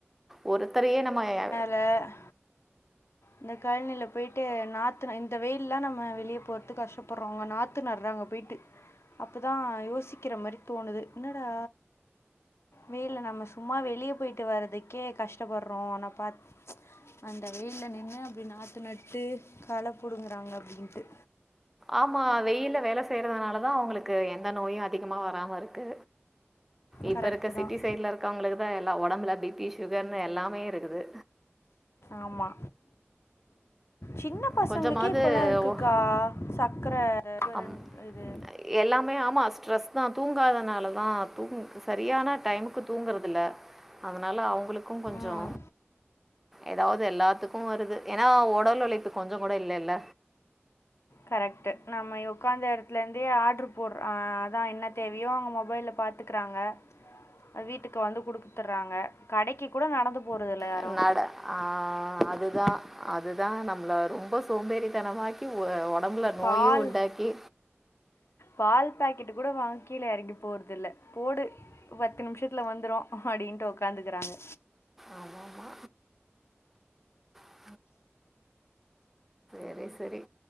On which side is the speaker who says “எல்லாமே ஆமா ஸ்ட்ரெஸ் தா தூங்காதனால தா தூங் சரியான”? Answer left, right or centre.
Centre